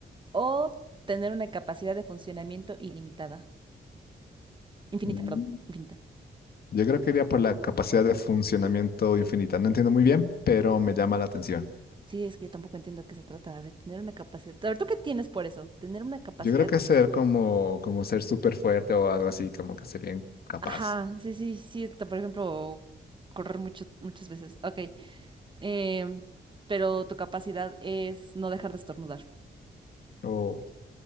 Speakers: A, on the right (about 25°); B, on the left (about 60°).
A: o tener una capacidad de funcionamiento ilimitada? Infinita,
B: Mm.
A: perdón, infinita.
B: Yo creo que iría por la capacidad de funcionamiento infinita. No entiendo muy bien, pero me llama la atención.
A: Sí, es que yo tampoco entiendo qué se trata. A ver, tener una capacidad. A ver, ¿tú qué tienes por eso? Tener una capacidad
B: Yo creo que ser como, como ser súper fuerte o algo así, como que ser bien capaz.
A: Ajá, sí, sí, sí, t- por ejemplo, correr mucho, muchas veces. Ok, em, pero tu capacidad es no dejar de estornudar.
B: O